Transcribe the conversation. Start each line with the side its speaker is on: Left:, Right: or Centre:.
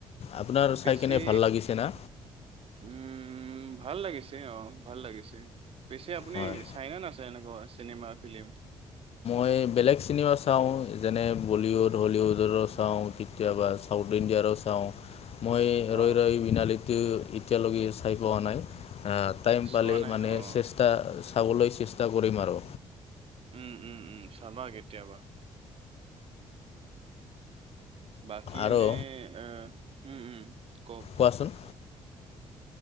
Left: আপোনাৰ চাই
Right: পিছে
Left: কেনে ভাল লাগিছে না
Right: উম ভাল লাগিছে অ'। ভাল লাগিছে পিছে আপুনি
Left: হয়।
Right: চাইনা নাচাই এনেকুৱা চিনেমা ফিল্ম।
Left: এ', বেলেগ চিনেমা চাওঁ যেনে বলিউড হলিউডৰো চাওঁ কেতিয়াবা। ছাউথ ইন্ডিয়াৰো চাওঁ। মই
Right: অ
Left: ৰৈ ৰৈ বিনালেটো এতিয়ালৈকে চাই পোৱা নাই আ'। টাইম
Right: চোৱা
Left: পালে
Right: নাই
Left: মানে
Right: অ
Left: চেষ্টা চাবলৈ চেষ্টা কৰিম আৰু
Right: উম, উম, উম, চাবা কেতিয়াবা। বাকী
Left: আৰু
Right: এনে এ উম, উম, কওক?
Left: কোৱাচোন?